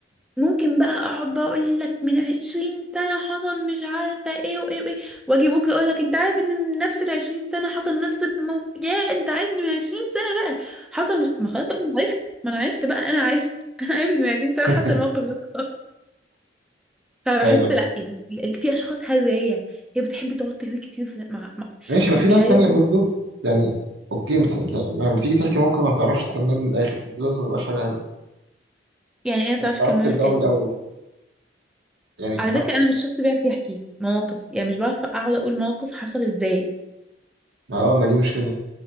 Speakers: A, in the centre; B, on the right.
A: ممكن بقى اقعد بقى اقول لك من عشرين سنة حصل مش عارفة ايه وايه وايه واجي بكرة اقول لك انت عارف ان من نفس العشرين سنة حصل نفس الموقف يا انت عارف ان من عشرين سنة بقى حصل مش ما خلاص بقى انا عرفت ما انا عرفت بقى انا عرفت <laughs> انا عرفت ان من عشرين سنة
B: <laughs>
A: حصل الموقف ده خلاص فبحس
B: ايوه
A: لا يعني ال- في اشخاص هرية هي بتحب تقعد تهري كتير في مع... مع...
B: ماشي ما
A: في
B: في
A: الكلام
B: ناس تانية برضو يعني اوكي بس بس- لما تيجي تحكي موقف ما بتعرفش تكمله للاخر دول ما بيبقاش حاجة حلوة
A: يعني انا بتعرف
B: ما بتعرفش
A: اكمله
B: تبدأه
A: للاخر
B: من الاول يعني
A: على
B: ما
A: فكرة
B: بتحكيش
A: انا مش شخص بيعرف يحكي مواقف يعني مش بعرف اقعد اقول موقف حصل ازاي
B: ما اه ما دي مشكلة